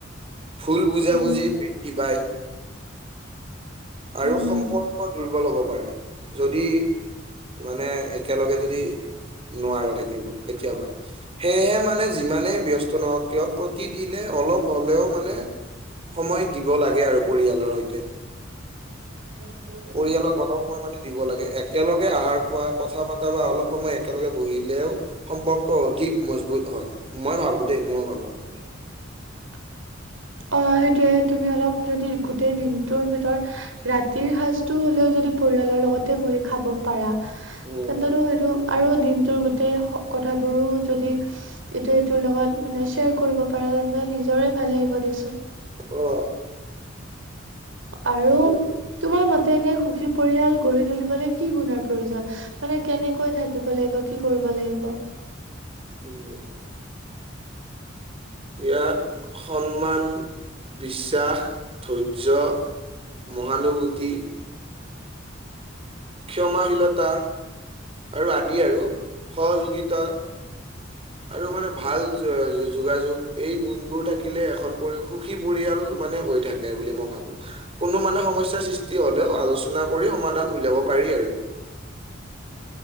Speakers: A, on the right; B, on the right.
A: ফুল বুজাবুজি
B: উম
A: বৃদ্ধি পায়। আৰু
B: উম উম।
A: সম্পৰ্ক দুৰ্বল হব পাৰে যদি মানে একেলগে যদি নোৱাৰে থাকিব কেতিয়াবা সেয়েহে মানে যিমানে ব্যস্ত নহওক কিয় প্ৰতিদিনে অলপ হ'লেও মান- মানে সময় দিব লাগে আৰু পৰিয়ালৰ সৈতে
B: <unintelligible>
A: পৰিয়ালক অলপ সময় মানে দিব লাগে একেলগে আহাৰ খোৱা কথা পাতা বা অলপ সময় একেলগে বহিলেও সম্পৰ্ক অধিক মজবুত হয় মই ভাবো দেই মোৰ ভাৱত
B: <unintelligible> অ সেইটোয়ে তুমি অলপ যদি গোটেই দিনটোৰ ভিতৰত ৰাতিৰ সাজতটো হ'লেও যদি পৰিয়ালৰ লগতে বহি খাব পাৰা।
A: উম
B: তেন্তে সেইটো আৰু দিনটোৰ গোটেই কথাবোৰো যদি এইটো এইটোৰ লগত মানে শ্বেয়াৰ কৰিব পাৰে তেন্তে নিজৰে ভাল লাগিব দিয়াচোন
A: অ
B: আৰু
A: সেইটো
B: তোমাৰ মতে এনে সুখী পৰিয়াল গঢ়ি তুলিবলৈ কি গুণৰ প্ৰয়োজন? মানে কেনেকৈ থাকিব লাগিব কি কৰিব লাগিব।
A: <unintelligible> ইয়াত সন্মান, বিশ্বাস, ধৈৰ্য্য মহানুভূতি ক্ষমাশীলতা আৰু আদি আৰু সহযোগিতা আৰু মানে ভাল যোগাযোগ এই গুণবোৰ থাকিলে এখন পৰি সুখী পৰিয়াল মানে হৈ থাকে থাকে বুলি মই ভাবো। কোনো মানুহ সমস্যাৰ সৃষ্টি হ'লেও আলোচনা কৰি সমাধান উলিয়াব পাৰি আৰু